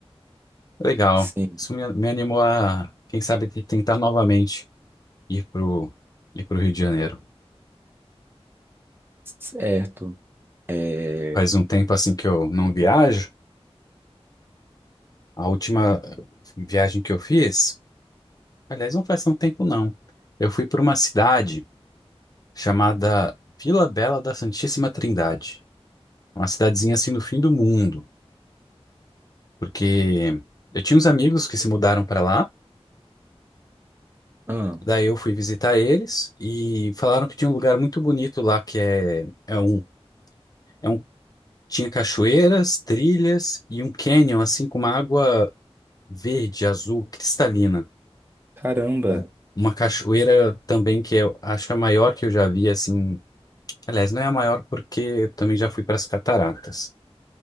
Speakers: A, on the left; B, on the right.
A: Legal.
B: Sim,
A: Isso me, me animou a, quem sabe, te- tentar novamente ir pro, ir pro Rio de Janeiro.
B: certo. É...
A: Faz um tempo assim que eu não viajo. A última viagem que eu fiz, aliás, não faz tanto tempo não. Eu fui para uma cidade. chamada Vila Bela da Santíssima Trindade. Uma cidadezinha assim no fim do mundo, porque eu tinha uns amigos que se mudaram para lá,
B: Ah,
A: daí eu fui visitar eles e falaram que tinha um lugar muito bonito lá que é, é um, é um tinha cachoeiras, trilhas e um canyon assim com uma água verde, azul, cristalina.
B: caramba.
A: né? Uma cachoeira também que eu acho que é a maior que eu já vi assim. Aliás, não é a maior porque eu também já fui para as cataratas